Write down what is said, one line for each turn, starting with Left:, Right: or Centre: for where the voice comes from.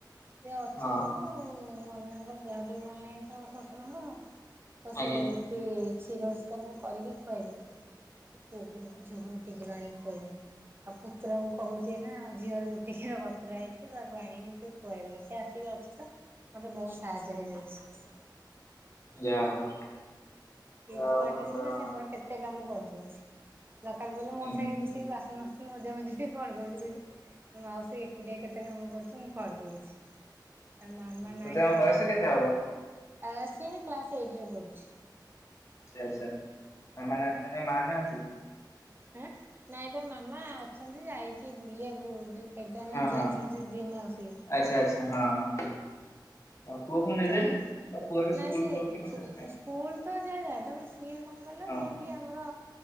Right: ସିଏ ଅଛି
Left: ହଁ
Right: ସବୁ ଆଉ ନନାଙ୍କର ଦେହ ଟିକେ ଭଲ ନାହିଁ ତ ଶ୍ଵଶୁରଙ୍କର, ତ ସେ
Left: ଆଜ୍ଞା
Right: ରୁଟି କ୍ଷୀର ସବୁ କରିକି ଖୁଆଇଦେଲି। ପୁଅ କୁ ଝିଅ କୁ ରୁଟି କ୍ଷୀର ଆଣିକି ଖୁଆଇ ଦେଁ। ଆଉ ପୁତୁରାକୁ କହୁଚ଼ି ନା ଝିଅ ର ରୁଟି କ୍ଷୀର ବତୁରା ହେଇଛି ତାକୁ ଆଣିକି ସେ ଖୁଆଇଦବ। ସେ ଆସିଗ ଅଛି ତ ମତେ ବହୁତ ସାହାଯ୍ୟ ହେଇଯାଉଛି।
Left: ଯା ହଉ।
Right: ସିଏ
Left: ଆଉ
Right: ଛୁଆଟେ ସିନା
Left: ହୁଁ
Right: ସିଏ ମୋର କେତେ କାମ କରିଦୋଉଛି ଦରକାର ପଇଲେ ମୋ
Left: ହୁଁ।
Right: ସାଙ୍ଗେ ମିଶିକି ବାସନ ଫାସ୍ ମଜାମଜି ବି କରିଦୋଉଚି କୋହୁଚି ମୋ ମାଉସୀ ଏକୁଟିଆ କେତେ କାମ କରୁଚି ମୁଁ କରିଦୋଉଚି। ତା ମାମା ନାହିଁ
Left: ତତେ ଆମ
Right: ତ
Left: ବୟସ କେତେ ହବ?
Right: ଆ ସିଏ କ୍ଲାସ ଏଇଟରେ ପଢୁଛି।
Left: ଆଚ୍ଛା ଆଚ୍ଛା ମାମା ନାହାନ୍ତି ମାନେ ମା ନାଆନ୍ତି?
Right: ଆଁ ନାଇଁ ତା ମାମା ଅଛନ୍ତି ଯାଇଚି ବୁଲିବାକୁ ଯୋଉ କେଦାରନାଥ
Left: ହଁ ହଁ
Right: ଯାଇଚନ୍ତି ଦି ମାଉସୀ।
Left: ଆଚ୍ଛା ଆଚ୍ଛା ହଁ ହଁ। ଆଉ ପୁଅକୁ ନେଲେନି
Right: ତ
Left: ଆଉ ପୁଅର ସ୍କୁଲ
Right: ନାଇ ସିଏ
Left: ଖୋଲୁଥିବ
Right: ଛୁ-ସ୍କୁଲ
Left: ସେଥିପାଇଁ
Right: ତ ଯାହା ଯା ତାପରେ ସିଏ କଣ କହିଲ
Left: ହଁ
Right: ଇଏ ଟିଏ ଆମର